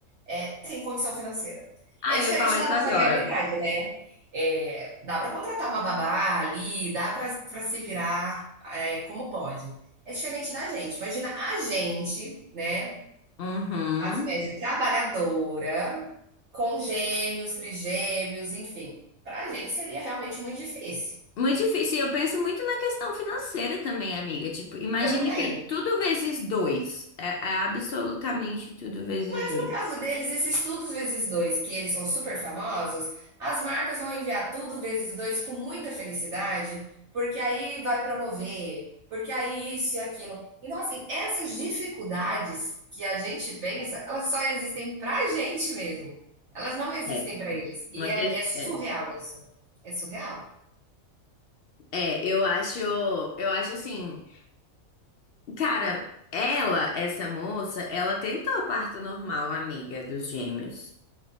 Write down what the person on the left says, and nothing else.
Ah,
eu ia falar
isso
agora.
Uhum.
Muito difícil. E eu penso muito na questão financeira também, amiga. Tipo, imagina
que é tudo vezes dois. É, é absolutamente tudo vezes
dois.
É,
uma
que...
é.
É, eu acho, eu acho assim, cara, ela, essa moça, ela tentou parto normal, amiga dos gêmeos.